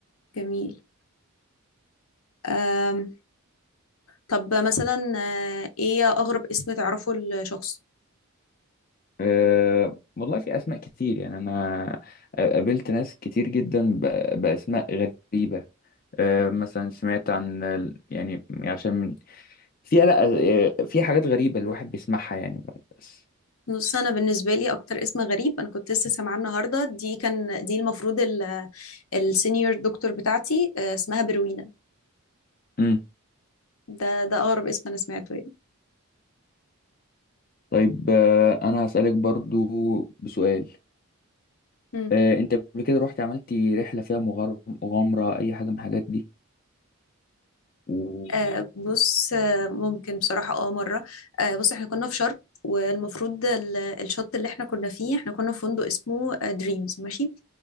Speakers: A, on the left; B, on the left.
A: جميل آم طب مثلا آه ايه اغرب اسم تعرفه لشخص
B: أه والله في أسماء كتير يعني أنا قابلت ناس كتير جدا ب- بأسماء غريبة أه مثلا سمعت عن ال- يعني عشان من- في لا أه، في حاجات غريبة الواحد بيسمعها يعني بس
A: نص انا بالنسبه لي اكتر اسم غريب انا كنت لسه سامعاه النهارده دي كان دي المفروض ال- السينيور دكتور بتاعتي آه، اسمها بروينا
B: مم.
A: ده ده اقرب اسم انا سمعته يعني
B: طيب أه، أنا هسألك برضو بسؤال
A: مم.
B: أه أنت قبل كده رحت عملتي رحلة فيها مغار- مغامرة أي حاجة من الحاجات دي و...
A: آه بص آه ممكن بصراحة اه مرة آه بص احنا كنا في شرم والمفروض ال- الشط اللي احنا كنا فيه احنا كنا في فندق اسمه دريمز ماشي